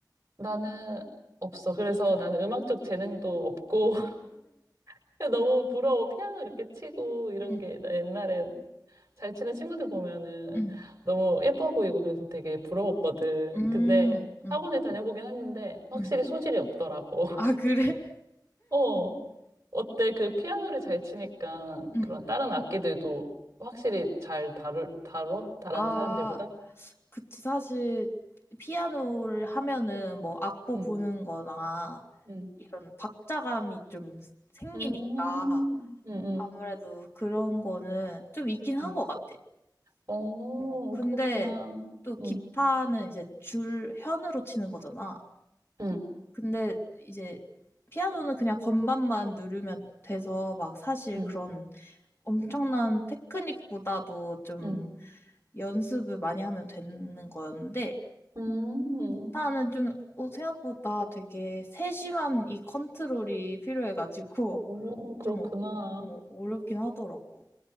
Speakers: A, on the right; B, on the left.
A: 나는 없어. 그래서 나는 음악적 재능도 없고 <laughs> 그냥 너무 부러워. 피아노 이렇게 치고 이런
B: 응,
A: 게나 옛날에 잘 치는 친구들 보면은
B: 응,
A: 너무 예뻐 보이고 그래서 되게 부러웠거든.
B: 음,
A: 근데
B: 응,
A: 학원에 다녀보긴 했는데 확실히
B: 응.
A: 소질이 없더라고. <laughs>
B: 아, 그래?
A: 어. 어때? 그 피아노를 잘 치니까
B: <laughs> 응.
A: 그런 다른 악기들도 확실히 잘 다루 다뤄? 다른
B: 아,
A: 사람들보다?
B: 그치. 사실, 피아노를 하면은 뭐 악보
A: 응,
B: 보는 거나
A: 응,
B: 이런 박자감이 좀 생기니까
A: 음, 응, 응.
B: 아무래도 그런 거는 좀 있긴 한
A: 응.
B: 것 같아.
A: 어,
B: 어, 근데
A: 그렇구나.
B: 또
A: 응,
B: 기타는 이제 줄, 현으로 치는 거잖아.
A: 응,
B: 근데 이제 피아노는 그냥 건반만 누르면 돼서 막 사실
A: 응,
B: 그런 엄청난 테크닉보다도 좀
A: 응,
B: 연습을 많이 하면 되는 거였는데
A: 음,
B: 나는 좀 어, 생각보다 되게 세심한 이 컨트롤이 필요해가지고
A: 어, 그렇구나.
B: 좀 어, 어, 어렵긴 하더라고.